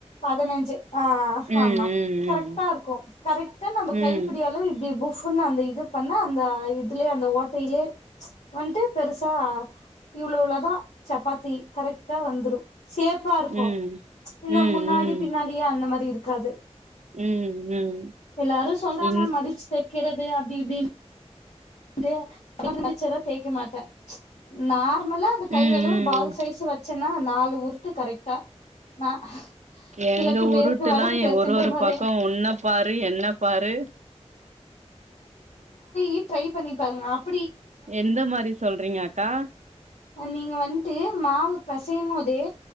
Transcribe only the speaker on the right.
ம்
ம்
ம்
ம்
ம்
ம் ம்
ம் ம்
இன்
ம் ம்
எங்க
உருட்டுல்லாம்
ஒரு ஒரு
பக்கம் உன்ன பாரு என்ன பாரு
எந்த மாரி சொல்றீங்க. க்கா.